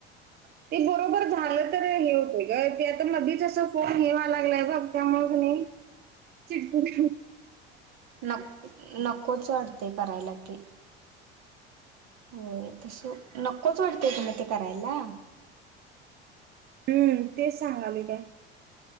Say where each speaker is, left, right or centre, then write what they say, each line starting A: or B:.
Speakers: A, on the right; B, on the right.
A: ह.
B: ते बरोबर झालं तर हे होते ग ते आता मधीच अस फोन हेवा लागलाय बघ. त्या मगने चिडगून रूम.
A: नक नकोच वाटते करायला ते. होय तस नक्कोच वाटतेय तुम्ही ते करायला.
B: हम्म तेच सांगाले काय.